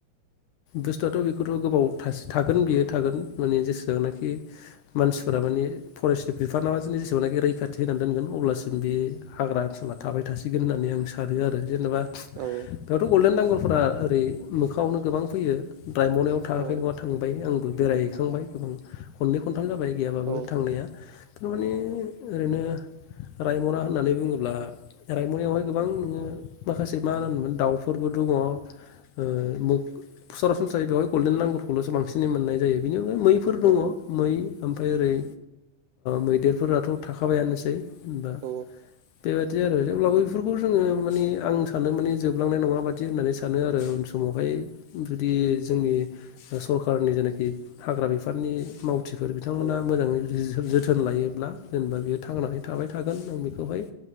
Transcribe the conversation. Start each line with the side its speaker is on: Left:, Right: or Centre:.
Left: बुस्थुआथ बेखौथ' गोबाव थासि थागोन बियो थागोन माने जेसेबांनाखि मानसिफोरा माने फरेस्टनि बिफाना मा जिस जेसेबांना रैखाथि होनानै दोनगोन अब्लासिम बि हाग्रा ओनसोला थाबाय थासिगोन होननानै आं सानो आरो। जेनेबा
Right: औ।
Left: दाथ' गल्डेन लांगुरफ्रा ओरै मोखाङावनो गोबां फैयो। राइमनायाव थाङाखै
Right: औ
Left: नङा थांबाय आंबो बेरायहैखांबाय गोबां खननै खनथाम जाबाय। गैयाबाबो
Right: औ
Left: थांनाया, थारमाने ओरैनो रायमना होननानै बुङोब्ला रायमनायावहाय गोबां नोङो माखासे मा होनोमोन दाउफोरबो दङ'। ओ मो सरासनस्राय बेवहाय गोल्डेन लंगूर खौल'सो बांसिनै मोननाय जायो। बेनि अनगायै मैफोर दङ
Right: औ
Left: मै ओमफ्राय ओरै मैदेर फोरा थ' थाखा बायङानोसै होमबा।
Right: औ
Left: बेबायादि आरो जेब्लाबो बेफोरखौ जोङो माने आं सानो माने जबलांनाय नङा बादि होननानै सानो आरो अनस समावहाय जुदि जोंनि सरकारनि जेनाखि हाग्रा बिफांनि माव थिफोर बिथां
Right: औ
Left: मोना मोजाङै जि-जोथोन लायोब्ला जेनेबा बियो थांनानै थाबाय थागोन आं बेखौहाय